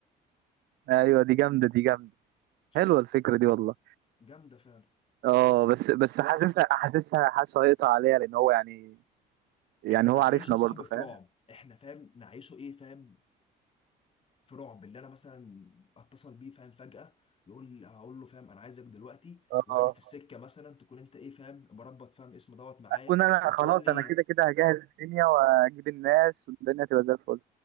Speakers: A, on the right; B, on the left.
A: ايوه دي جامده دي جامده
B: شفت
A: حلوه الفكره دي والله
B: جامده فعلا
A: اه بس بس حاسسها حاسسها حاسه هيقطع عليا لان هو يعني يعني
B: احنا
A: هو
B: نعيشها
A: عارفنا
B: صاحبي
A: برضه فاهم
B: في رعب احنا فاهم نعيشه ايه فاهم في رعب اللي انا مثلا اتصل بيه فاهم فجاه يقول هقول له فاهم انا عايزك دلوقتي
A: اه
B: واحنا في السكه مثلا تكون انت ايه فاهم مربط فاهم اسم دوت معايا
A: اكون انا
B: بتقول
A: خلاص
B: لي
A: انا كده كده هجهز الدنيا واجيب الناس والدنيا تبقى زي الفل